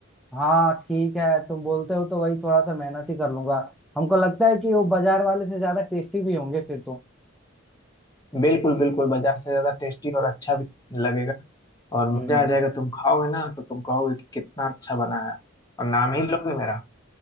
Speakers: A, in the centre; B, on the left.
A: हाँ ठीक है तुम बोलते हो तो वही थोड़ा सा मेहनत ही कर लूंगा हमको लगता है कि वो बाजार वाले से ज्यादा टेस्टी भी होंगे फिर तो
B: बिल्कुल बिल्कुल बाजार से ज्यादा टेस्टी और अच्छा भी लगेगा और
A: हम्म
B: मजा आ जाएगा तुम खाओगे ना तो तुम कहोगे कि कितना अच्छा बना है और नाम ही लोगे मेरा